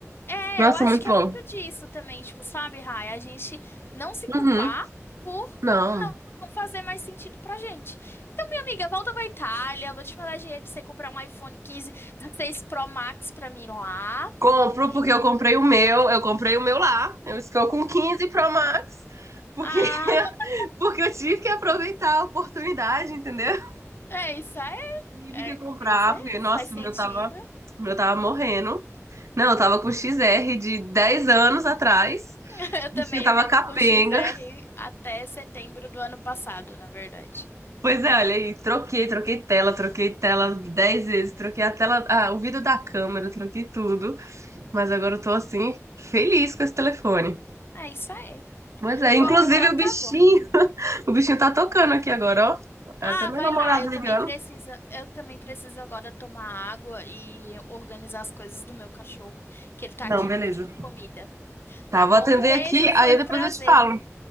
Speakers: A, on the left; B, on the right.
A: é,
B: Nossa,
A: eu acho
B: muito
A: que
B: bom.
A: é muito disso também, tipo, sabe, Rai? A gente não se
B: Uhum.
A: culpar por
B: Não.
A: não fazer mais sentido pra gente. Então, minha amiga, volta pra Itália, vou te mandar dinheiro pra você comprar um iPhone 15, 16 Pro Max pra mim lá.
B: Compro
A: E,
B: porque eu comprei o meu, eu comprei o meu lá. Eu estou com quinze Pro Max, porque,
A: ah,
B: <laughs>
A: <laughs>
B: porque eu tive que aproveitar a oportunidade, entendeu?
A: é isso aí,
B: Tive
A: é
B: que comprar,
A: é isso aí,
B: porque, nossa,
A: faz sentido.
B: o meu tava, o meu tava morrendo. Não, eu tava com XR de 10 anos atrás.
A: <laughs> Eu também,
B: O bichinho tava
A: eu tava
B: capenga.
A: com XR
B: <laughs>
A: até setembro do ano passado, na verdade.
B: Pois é, olha aí, troquei, troquei tela, troquei tela 10 vezes, troquei a tela, ah, o vidro da câmera, troquei tudo. Mas agora eu tô assim, feliz com esse telefone.
A: É isso aí.
B: Mas é, inclusive
A: Bom, então
B: o
A: tá
B: bichinho,
A: bom.
B: o bichinho tá tocando aqui agora, ó.
A: Ah,
B: É Até meu
A: vai
B: namorado
A: lá. Eu
B: ligando.
A: também preciso, eu também preciso agora tomar água e organizar as coisas do meu cachorro, que ele tá
B: Não,
A: aqui
B: beleza.
A: me pedindo comida.
B: Tá,
A: Tá
B: vou
A: bom?
B: atender
A: Um beijo,
B: aqui,
A: foi
B: aí
A: um
B: depois
A: prazer.
B: eu te falo.